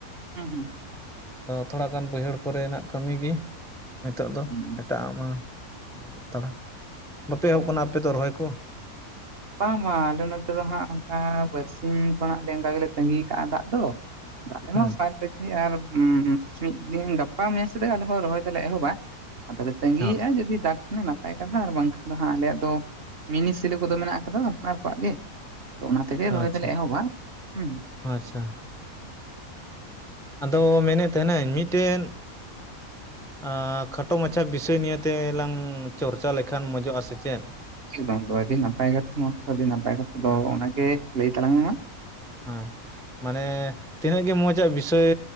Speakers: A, on the right; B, in the centre.
A: ᱦᱩᱸ ᱦᱩᱸ᱾
B: ᱟᱫᱚ ᱛᱷᱚᱲᱟᱜᱟᱱ ᱵᱟᱹᱭᱦᱟᱹᱲ ᱠᱚᱨᱮᱱᱟᱜ ᱠᱟᱹᱢᱤ ᱜᱮ, ᱱᱤᱛᱚᱜ ᱫᱚ
A: ᱦᱩᱸ
B: ᱮᱴᱟᱜᱼᱟᱜ ᱢᱟ ᱵᱟᱹᱱᱩᱜ ᱦᱟᱛᱟᱲᱟ᱾ ᱵᱟᱯᱮ ᱮᱦᱚᱵ
A: ᱦᱩᱸ᱾
B: ᱠᱟᱱᱟ ᱟᱯᱮ ᱫᱚ ᱨᱚᱦᱚᱭ ᱠᱚ?
A: ᱵᱟᱝ ᱵᱟᱝ ᱟᱞᱮ ᱱᱚᱛᱮ ᱫᱚ ᱦᱟᱸᱜ, ᱚᱱᱠᱟ ᱵᱟᱨᱥᱤᱧ ᱠᱷᱚᱱᱟᱜ ᱞᱮ ᱚᱱᱠᱟ ᱜᱮᱞᱮ ᱛᱟᱸᱜᱤ ᱠᱟᱜᱼᱟ, ᱫᱟᱜ ᱫᱚ᱾ ᱟᱫᱚ ᱟᱞᱮ
B: ᱦᱩᱸ
A: ᱢᱟ <unintelligible> ᱟᱨ ᱩᱸ ᱦᱩᱸᱢ ᱢᱤᱫ ᱫᱤᱱ ᱜᱟᱯᱟ ᱢᱮᱭᱟᱝ ᱥᱮᱫ ᱛᱮᱜᱮ ᱞᱮ ᱟᱞᱮ ᱦᱚᱸ ᱨᱚᱦᱚᱭ ᱫᱚᱞᱮ ᱮᱦᱚᱵᱟ᱾ ᱟᱫᱚᱞᱮ ᱛᱟᱸᱜᱤᱭᱮᱫᱼᱟ
B: ᱦᱚᱸ
A: ᱡᱩᱫᱤ ᱫᱟᱜ ᱠᱷᱟᱱᱮ ᱱᱟᱯᱟᱭ ᱠᱟᱛᱷᱟ ᱟᱨ ᱵᱟᱝᱠᱷᱟᱱ ᱫᱚ ᱦᱟᱸᱜ ᱟᱞᱮᱭᱼᱟᱜ ᱫᱚ ᱢᱤᱱᱤ ᱥᱮᱞᱳ ᱠᱚᱫᱚ ᱢᱮᱱᱟᱜ ᱟ ᱟᱫᱚ ᱟᱯᱱᱟᱨ ᱠᱚᱣᱟᱜ ᱜᱮ, ᱟᱫᱚ ᱚᱱᱟ ᱛᱮᱜᱮ ᱨᱚᱦᱚᱭ
B: ᱟᱪᱪᱷᱟ
A: ᱫᱚᱞᱮ ᱮᱦᱚᱵᱟ᱾ ᱦᱩᱸ᱾
B: ᱟᱪᱪᱷᱟ᱾ ᱟᱫᱚ ᱢᱮᱱᱮᱫ ᱛᱟᱦᱮᱱᱟᱹᱧ ᱢᱤᱫᱴᱮᱱ ᱟᱸ ᱠᱷᱟᱴᱚ ᱢᱟᱪᱷᱟ ᱵᱤᱥᱚᱭ ᱱᱤᱭᱮ ᱛᱮᱞᱟᱝ ᱪᱚᱨᱪᱟ ᱞᱮᱠᱷᱟᱱ ᱢᱚᱡᱚᱜᱼᱟ ᱥᱮᱪᱮᱫ᱾
A: ᱮᱠᱫᱚᱢ ᱫᱚ ᱟᱹᱰᱤ ᱱᱟᱯᱟᱭ ᱠᱟᱛᱷᱟ ᱱᱚᱣᱟ ᱠᱚᱦᱚ ᱟᱹᱰᱤ ᱱᱟᱯᱟᱭ ᱠᱟᱛᱷᱟ ᱫᱚ,
B: ᱦᱮᱸ
A: ᱚᱱᱟᱜᱮ ᱞᱟᱹᱭ ᱛᱟᱞᱟᱝ ᱢᱮ ᱢᱟ᱾
B: ᱦᱮᱸ, ᱢᱟᱱᱮ ᱛᱤᱱᱟᱹᱜ ᱜᱮ ᱢᱚᱸᱡᱽᱜᱼᱟ ᱵᱤᱥᱚᱭ